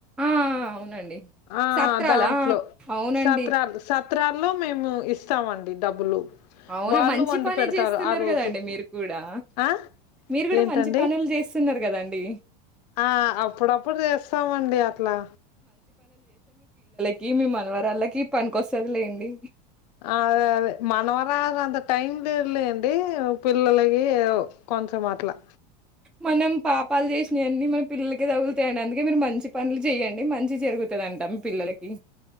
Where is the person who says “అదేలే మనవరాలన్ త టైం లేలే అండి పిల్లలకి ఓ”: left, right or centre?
Left